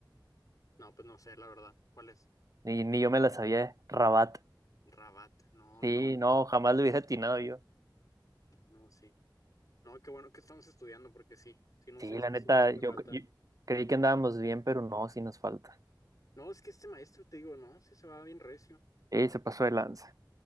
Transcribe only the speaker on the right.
ni, ni yo me la sabía. eh. Rabat.
Sí,
no, jamás lo hubiera atinado yo.
Sí,
la neta,
yo,
yo creí que andábamos bien, pero no, sí nos falta.
Sí, se pasó de lanza.